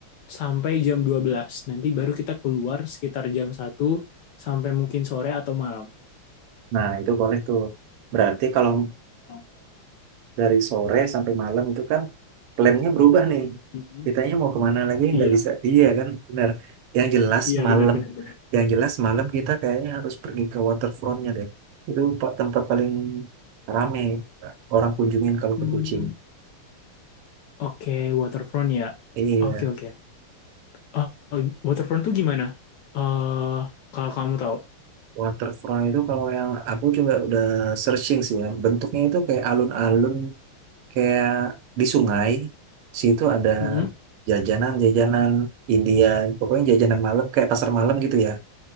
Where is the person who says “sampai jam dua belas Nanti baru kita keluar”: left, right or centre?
Left